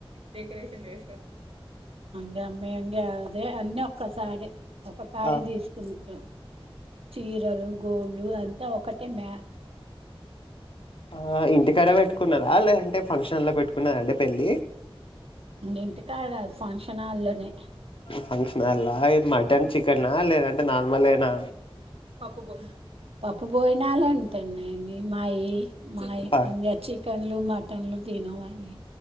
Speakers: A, on the right; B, on the left.
A: డెరేషన్ చేస్త కా మ అదే అన్న ఒసారి ఒక కాడే
B: ఆ,
A: తీసుకుంటాం చీరలు గోళ్ళ అంతా ఒకటే మ
B: ఆ ఇంటికాడ పెట్టుకు నారా లేదంటే ఫంక్షన్ లో పెట్టుకున్నారాండి పెళ్ళి
A: ఇంటి కాడ ఫంక్షన్ హాల్లోనే
B: ఫంక్షన్ హాల్ నా ఈ మట్టన్ చికెనా లేదంటే నార్మల్నా
A: పాపు బోలే పప్పు పోయినాలండి తన్నాయండి మావి మావి
B: ప-
A: ఇంకా చికెన్లు మటన్లు తినవండి